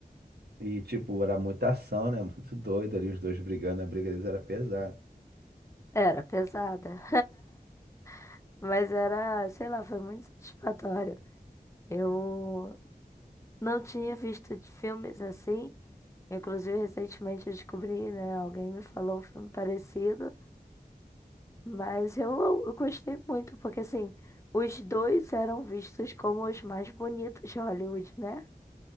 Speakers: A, on the right; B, on the left.
A: E, tipo, era muita ação, né? <laughs> Muito doido ali, os dois brigando, a briga deles era pesada.
B: Era pesada. <laughs> Mas era, sei lá, foi muito satisfatório. Eu não tinha visto de filmes assim. Inclusive, recentemente eu descobri, né? Alguém me falou um filme parecido. Mas eu, eu gostei muito, porque assim, os dois eram vistos como os mais bonitos de Hollywood, né?